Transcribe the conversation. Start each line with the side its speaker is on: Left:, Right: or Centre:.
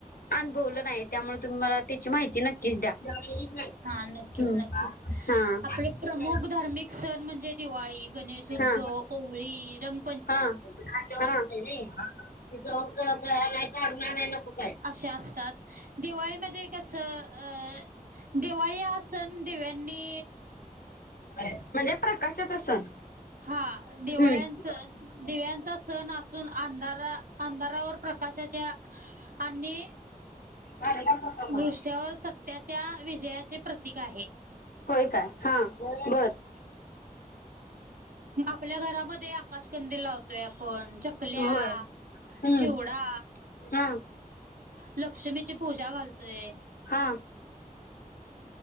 Left: <unintelligible> अनुभवलं नाही त्यामुळे तुम्हाला त्याची माहिती नक्कीच द्या <unintelligible>
Right: हा नक्कीच
Left: हम्म
Right: नक्कीच
Left: हा
Right: आपले प्रमुख धार्मिक सण म्हणजे दिवाळी गणेशोत्सव
Left: हा
Right: होळी रंग
Left: हा तय का ना <unintelligible> <unintelligible>
Right: अशे असतात दिवाळीमध्ये कसं अ <unintelligible> दिवाळी हा सन दिव्यानी
Left: म्हणजे प्रकाशाच सण.
Right: हा दिवाळ्यांच
Left: हम्म
Right: दिव्यांचा सण असून अंधारा <unintelligible> अंधारावर प्रकाशाच्या आणि
Left: ह र प का बला
Right: दृष्ट्यावर सत्याच्या विजयाचे प्रतीक आहे
Left: होय काय हा बरं
Right: आपल्या घरामध्ये आकाशकंदी लावतोय आपण चकल्या
Left: होय
Right: <unintelligible>
Left: हम्म
Right: चिवडा
Left: हा
Right: लक्ष्मीची पूजा घालतोय <unintelligible>
Left: हा